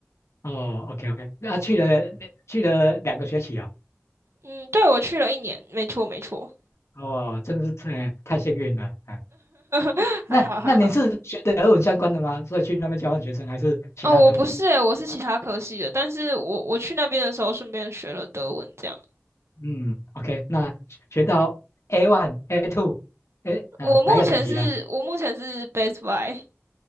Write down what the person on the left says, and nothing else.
哦，OK OK，那、啊去了去了两个学期哦，
哦，真是太太幸运了，哎，
那那你是学的俄文相关的吗？所以去那边交换学生还是其他科目？
嗯，OK，那学到 A one、A two，哎啊，
哪一个等级的？